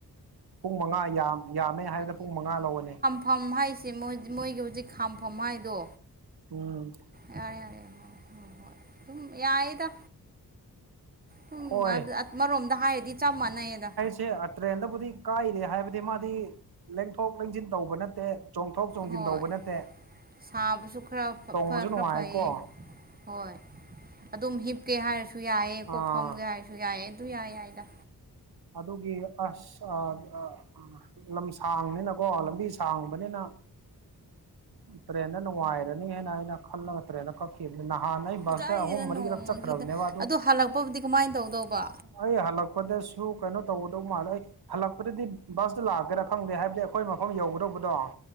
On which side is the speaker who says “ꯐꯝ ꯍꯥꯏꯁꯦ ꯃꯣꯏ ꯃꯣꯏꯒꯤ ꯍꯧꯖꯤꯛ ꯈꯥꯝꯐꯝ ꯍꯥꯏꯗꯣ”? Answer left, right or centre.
Right